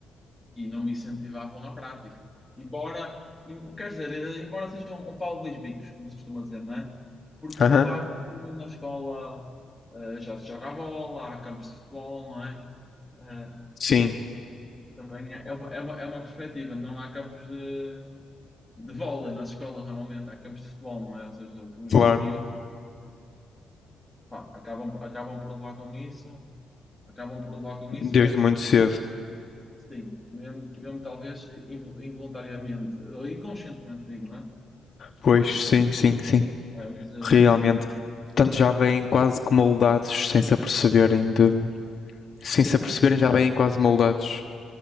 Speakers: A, in the centre; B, on the left.
A: e não me incentivavam na prática. Embora, em- quer dizer, eh, embora seja um, um pau de dois bicos, como se costuma dizer, não é? Porque
B: aham,
A: de facto na escola eh, já se joga a bola, há campos de futebol, não é? Eh,
B: sim,
A: também é, é, uma, é uma é uma perspectiva, não há campos de, de vôlei nas escolas normalmente, há campos de futebol, não é? Ou seja, os, os
B: claro,
A: miúdos pá, acabam, por- acabam por levar com isso, acabam por levar com isso
B: desde
A: mesmo,
B: muito cedo.
A: sim, mesmo, mesmo talvez invo- involuntariamente, ou inconscientemente digo, não é?
B: Pois, sim, sim, sim,
A: Mas, hum,
B: realmente. Portanto, já vêm quase que moldados, sem se aperceberem de... Sem
A: exato.
B: se aperceberem, já vêm quase moldados.